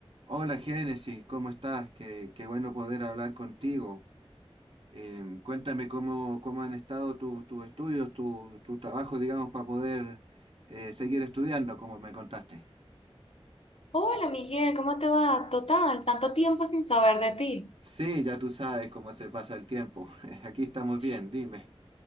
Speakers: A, on the right; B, on the left.
A: Hola Génesis, ¿cómo estás? Qué, qué bueno poder hablar contigo. Em, cuéntame cómo, cómo han estado tu- tus estudios, tu, tu trabajo, digamos, para poder eh, seguir estudiando, como me contaste.
B: Hola Miguel, ¿cómo te va? Total, tanto tiempo sin saber de ti.
A: Sí, ya tú sabes cómo se pasa el tiempo. <laughs> Aquí estamos
B: S-
A: bien, dime.